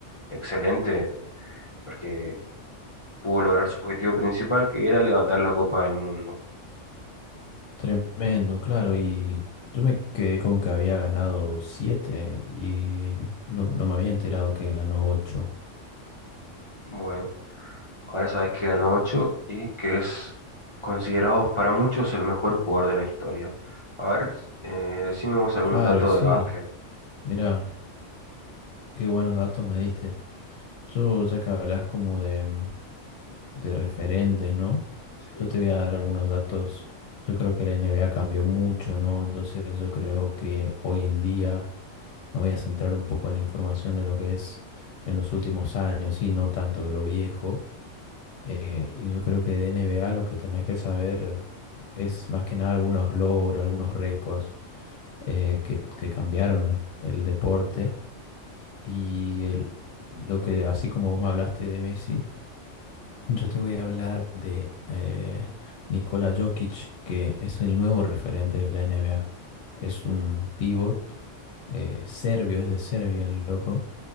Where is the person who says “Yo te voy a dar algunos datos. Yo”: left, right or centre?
Left